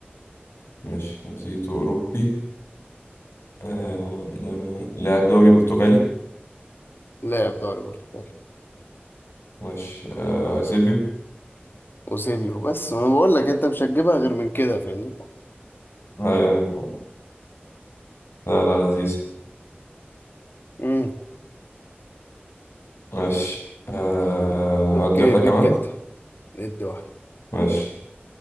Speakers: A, on the left; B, on the left.
A: ماشي جنسيته أوروبي آه... لاعب دوري برتغالي
B: لاعب دوري برتقالي
A: ماشي آه... سيبيو
B: اوزيبيو بس وانا بقول لك انت مش هتجيبها غير من كده فاهمني
A: آه... لا لا لذيذ
B: امم
A: ماشي آه...
B: اوكي
A: أدي واحدة
B: بيك
A: كمان
B: انت ادي واحد
A: ماشي